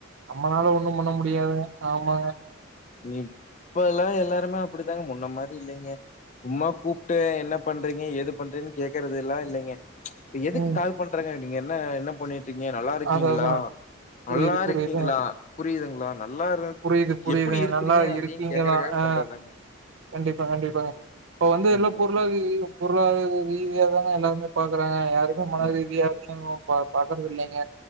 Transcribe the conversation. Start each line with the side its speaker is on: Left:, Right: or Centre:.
Right: நம்மளால ஒண்ணு பண்ண முடியாதுங்க ஆமாங்க
Left: இப்ப எல்லா எல்லாருமே அப்டிதாங்க முன்ன மாதிரி இல்லைங்க சும்மா கூப்டு என்ன பண்றீங்க ஏது பண்றீங்கனு கேக்குறது எல்லா இல்லைங்க எதுக்கு
Right: ம்
Left: கால் பண்றாங்க நீங்க என்ன என்ன பண்ணிட் ருக்கீங்க நல்லா இருக்கீங்களா
Right: அதா அதா
Left: நல்லா
Right: புரியுது புரியுது
Left: இருக்கீங்களா புரியுதுங்களா நல்லா இரு
Right: புரியிது புரியிதுங்க
Left: எப்டி இருக்கிறீங்க
Right: நல்லா
Left: அப்டின்னு
Right: இருக்கீங்களா
Left: கேக்குறக்காக
Right: அ
Left: பண்றது
Right: கண்டிப்பா கண்டிப்பாங்க இப்ப வந்து
Left: ம்
Right: எல்லா பொருளாதார ரீதி பொருளாதார ரீதியாதாங்க எல்லாருமே பாக்குறாங்க யாருமே மன
Left: ம்
Right: ரீதியா <unintelligible> பா பாக்கறது இல்லைங்க